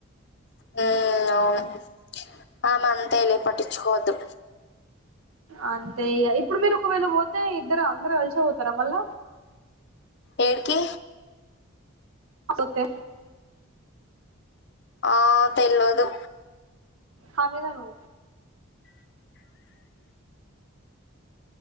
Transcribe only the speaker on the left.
ఉమ్మ్ అవును ఆమె అంతలె పటించుకోవద్దు
ఏడికి
ఆ తెల్వదు